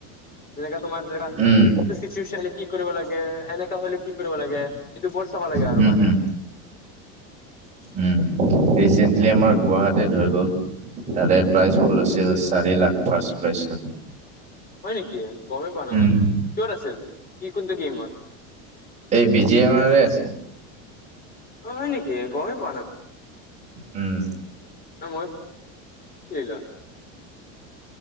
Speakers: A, on the left; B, on the right.
A: যেনেকা তোমাৰ যেনেকা
B: উম,
A: ইণ্টাৰেষ্ট ইনষ্টিওচন কি কৰিব লাগে? এনেকা হলে কি কৰিব লাগে এইটো বৰ চাব লাগে আৰু
B: হুম
A: মানে
B: হুম।
A: <inaudible>
B: উম, ৰিচেন্টলি আমাৰ গুৱাহাটীত হৈ গ'ল তাৰে প্ৰাইজ পুল আছিল চি চাৰি লাখ ফাৰ্ষ্ট প্রাইজটো
A: হয় নেকি গমেই পোৱা নাই মই
B: উম।
A: কিহত আছিল? কি কোনটো গেমত?
B: এই বি জি এম আৰ এছ।
A: অ হয় নেকি? গমেই পোৱা নাই।
B: উম।
A: তা মই কে যা